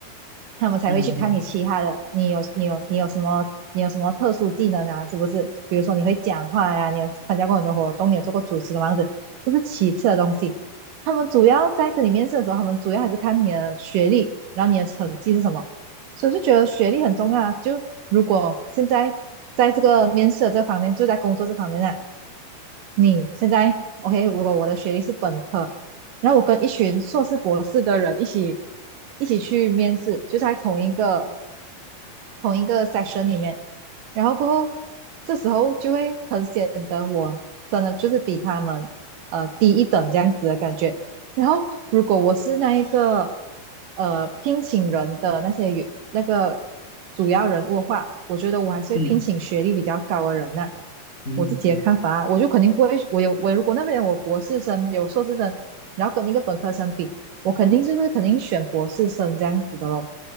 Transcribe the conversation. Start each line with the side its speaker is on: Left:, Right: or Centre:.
Right: 他们才会去看你其他的，
Left: 嗯嗯
Right: 你有你有你有什么你有什么特殊技能啊，是不是？比如说你会讲话呀、你有参加过很多活动，你有做过主席的样子，这是其次的东西。他们主要在跟你面试的时候，他们主要还是看你的学历，然后你的成绩是什么。所以就觉得学历很重要啊。就如果现在在这个面试的这方面，就在工作这方面呢。啊你现在 OK，如果我的学历是本科，然后我跟一群硕士、博士的人一起一起去面试，就在同一个同一个 section 里面，然后过后这时候就会很显得我真的就是比他们呃低一等这样子的感觉。然后如果我是那一个呃聘请人的那些那个主要人物的话，我觉得我还是会聘请学历比较高的人呢。
Left: 嗯嗯嗯
Right: 我自己的看法啊，我就肯定不会，我有我如果那边有博士生有硕士生，然后跟那个本科生比，我肯定就是肯定选博士生这样子的咯。